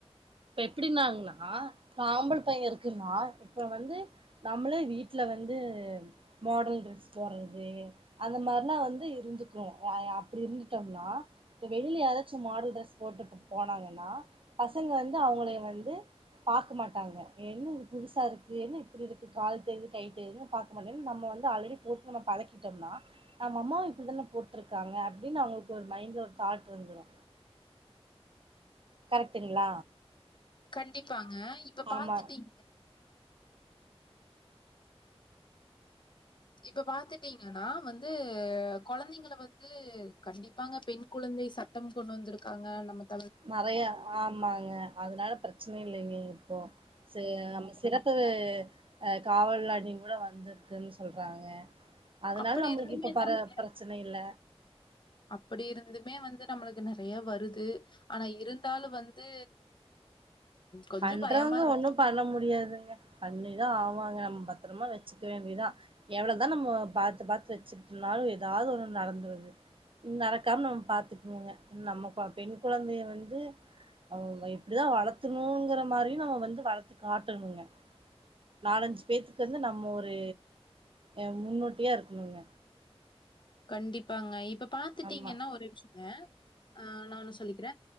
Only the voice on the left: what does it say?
கண்டிப்பாங்க இப்ப பாத்துட்டீங்க
இப்ப பாத்துட்டீங்கனா வந்து கொழந்தைங்கல வந்து கண்டிப்பாங்க பெண் குழந்தை சட்டம் கொண்டு வந்திருக்காங்க நமக்
அப்படி
இருந்துமே
நெறை
அப்படி இருந்துமே வந்து நம்மளுக்கு நெறையா வருது ஆனா இருந்தாலு வந்து கொஞ்சம்
பயமா இருக்கு.
கண்டிப்பாங்க இப்ப பாத்துட்டீங்கனா
ஒரு <inaudible> த ஆ நான் ஒன்னு சொல்லிக்கிற